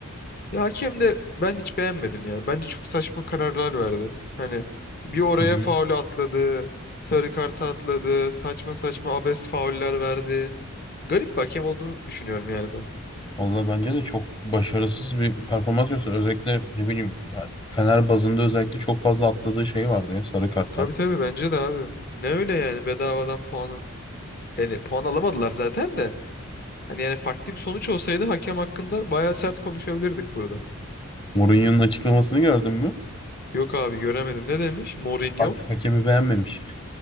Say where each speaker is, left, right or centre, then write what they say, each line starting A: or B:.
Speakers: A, on the left (about 45°); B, on the left (about 20°).
A: Ya hakem de ben hiç beğenmedim ya. Bence çok saçma kararlar verdi. Hani bir oraya
B: Hı hı.
A: faulü atladı, sarı kartı atladı, saçma saçma abes fauller verdi. Garip bir hakem olduğunu düşünüyorum yani ben.
B: Vallahi bence de çok başarısız bir performans gösterdi. Özellikle ne bileyim Fener bazında özellikle çok fazla atladığı şey vardı ya sarı kartlar.
A: Tabii tabii bence de abi. Ne öyle yani bedavadan puan yani puan alamadılar zaten de. Hani yani farklı bir sonuç olsaydı hakem hakkında bayağı sert konuşabilirdik burada.
B: Mourinho'nun açıklamasını gördün mü?
A: Yok abi göremedim. Ne demiş? Mourinho
B: Ha- hakemi beğenmemiş.